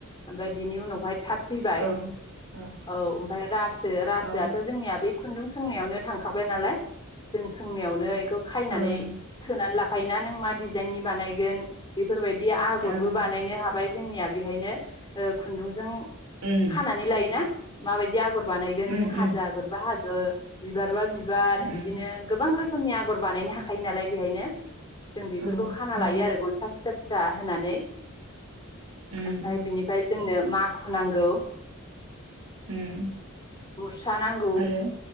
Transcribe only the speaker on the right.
औ
औ
ओं
ओं
उम
उम
उम
उम
औ
औ
उम
उम
आरो